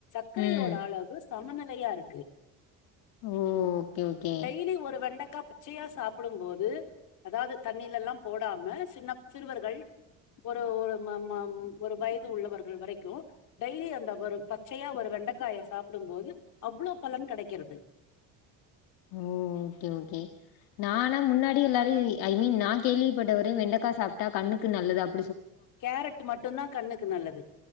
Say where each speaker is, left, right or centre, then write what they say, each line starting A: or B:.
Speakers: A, on the left; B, on the left.
A: சக்கரையோட
B: ம்
A: அளவு சமநிலையாருக்கு
B: ஓ ஓகே ஓகே
A: டெய்லி ஒரு வெண்டக்கா ப ச்சியா சாப்புடு போது அதாவ்து தண்ணிலல்லா போடாம சின்ன சிறுவர்கள் ஒரு ஒரு ம மம் ஒரு வய்து உள்ளவர்கள் வரைக்கு டெய்லி அந்த ஒரு பச்சையா ஒரு வெண்டைக்காய சாப்புடு போது அவ்வளோ பலன் கெடைக்கிறது
B: ஓக்கே ஓக்கே நானா முன்னாடி எல்லாரு ஐ மீன் நான் கேள்விப்பட்டவரையு வெண்டக்கா சாப்ட்டா கண்ணுக்கு நல்லது அப்
A: கேரட் மட்டுதா கண்ணுக்கு நல்லது